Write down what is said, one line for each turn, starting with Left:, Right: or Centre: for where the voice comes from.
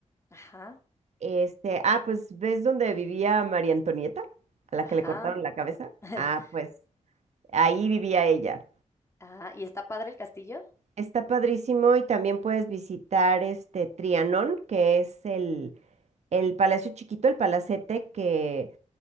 Left: Ajá,
Right: Este, ah, pues ¿ves dónde vivía María Antonieta? A la
Left: ajá.
Right: que le cortaron la cabeza.
Left: <laughs>
Right: Ah, pues ahí vivía ella.
Left: Ah, ¿y está padre el castillo?
Right: Está padrísimo y también puedes visitar este Trianón, que es el, el palacio chiquito, el palacete que